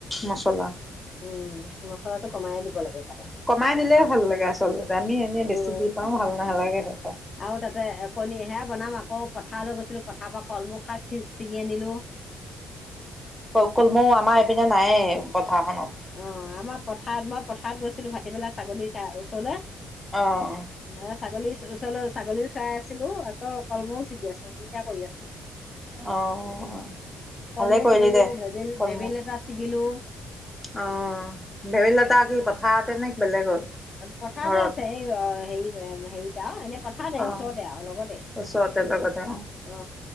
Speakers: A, in the centre; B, on the left.
A: মচলা
B: উম মচলাটো কমাইে দিব লাগে। খালে
A: কমাই দিলে
B: খাওঁ
A: ভাল লাগে আচলতে আমি এনে
B: উম
A: বেছি দি পাও ভাল নালাগে সেই
B: আৰু তাতে কণীহে বনাম আকৌ পথাৰলৈ গৈছিলো পথাৰৰ পৰা কলমৌ, ছিঙি আনিলো।
A: কলমৌ আমাৰ এইপিনে নাই। ঘৰখনত
B: অ', আমাৰ পথাৰত মই পথাৰত গৈছিলো ভাটিপেলাই ছাগলীৰ ওচৰলৈ
A: আহ অ
B: এ ছাগলী ওচৰ ছাগলী চাই আছিলো আকৌ কলমৌও ছিগি আছো দুইটা কৰি আছো
A: অ',
B: কলমৌ
A: ভালে কৰিলি
B: শিকিলো
A: দে
B: ভেবেই
A: কলমৌ।
B: ভেবেইলতা শিকিলো।
A: অ ভেবললতা কি পথাৰ। তেনেক বেলেগত
B: পথাৰতে
A: ঘৰত?
B: আছে এই হেৰি হেৰিত আৰু এনে পথাৰতে
A: অ',
B: ওচৰতে আৰু লগতে
A: ওচৰতে লগতে
B: অ